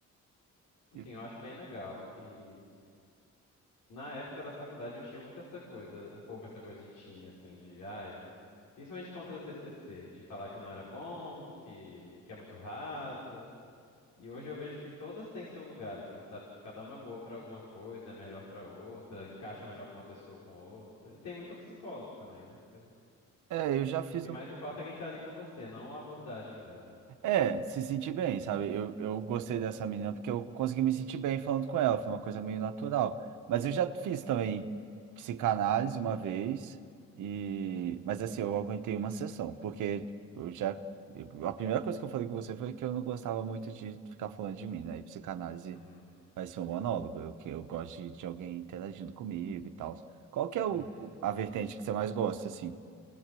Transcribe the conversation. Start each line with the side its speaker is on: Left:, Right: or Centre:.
Left: Enfim,
Right: E-
Left: eu acho bem legal. E na época da faculdade eu tinha muito essa coisa, um pouco essa coisa de time, assim, de, ai... Principalmente contra a TCC, de falar que não era bom, que, que é muito rasa. E hoje eu vejo que todas têm seu lugar, assim, sabe? Cada uma é boa pra alguma coisa, é melhor pra outra, encaixa melhor com uma pessoa ou com outra. E tem muito psicólogo também, né? Porque
Right: É, eu já fiz
Left: o que mais importa é quem tá ali com você, não a abordagem dela.
Right: É, se sentir bem, sabe? Eu, eu gostei dessa menina porque eu consegui me sentir bem falando com ela, foi uma coisa meio natural. Mas eu já fiz também psicanálise uma vez, e... mas assim, eu aguentei uma sessão, porque eu já. eu- A primeira coisa que eu falei com você foi que eu não gostava muito de ficar falando de mim, né? E psicanálise
Left: Uhum,
Right: vai ser um monólogo, eu, que eu gosto de, de alguém interagindo comigo e tal. Qual que é o,
Left: uhum.
Right: a vertente que você mais gosta, assim?